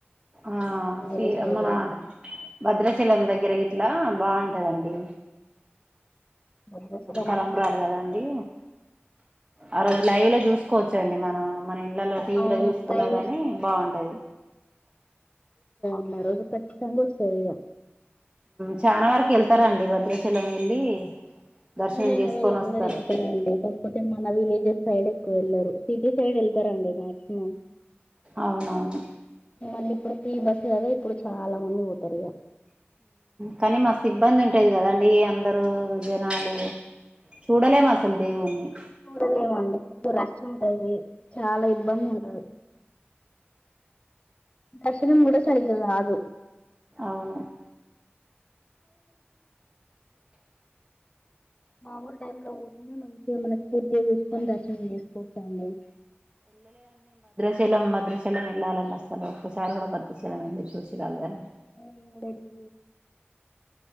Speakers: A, on the right; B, on the left.
A: ఆ
B: వేరే
A: శ్రీ
B: సైడ్
A: మన
B: ఇట్లా
A: భద్రాచీలం దగ్గరకి ఇట్లా బాగుంటదండి
B: వదిలేసడం
A: తాళంబ్రాలు
B: అంటే
A: కదండి ఆ రోజు లైవ్ లో చూసుకు చ్చండి మనం మన ఇల్లల టీవీలో
B: అవును
A: చూసుకున్నా
B: లైవ్
A: గాని బాగుంటది
B: న్నారు కచ్చితంగా వస్తాది యిగా
A: చనా వరకు వెళ్తారండి భద్రాచలం వెళ్ళి దర్శనం
B: వీలైన
A: చేసుకొని
B: వాళ్ళు అందరూ
A: వస్తారు
B: ఇంటరండి మన విలేజెస్ సైడ్ ఎక్కువ వెళ్లరు సిటీ సైడ్ వెళ్తారండి మక్సిమం
A: అవునవును
B: మళ్ళీ ఇప్పుడు ఫ్రీ బస్సు కదా ఇప్పుడు చాలా మంది పోతారుద
A: కానీ మస్త్ ఇబ్బంది ఉంట దు కదండి అందరు జనాలు చూడలేం అసలు దేవున్ని
B: చడలేవండి కొ రష్ ఉంటది చాలా ఇబ్బంది ఉంటది దర్శనం కూడ సరిగ్గగాదు
A: అవును <inaudible>
B: మామలు టైంలో పోతేనె మంచిగ మనస్ఫూర్తిగా చసుకొని దర్శన చేసుకోవచ్చండి
A: చలం భద్రచలం వెళ్ళాలండి అసలు ఒక్కసారి కూడా భద్రచలం వెళ్ళి చూసి రాలేదని
B: మన్ కూడా ఎల్లి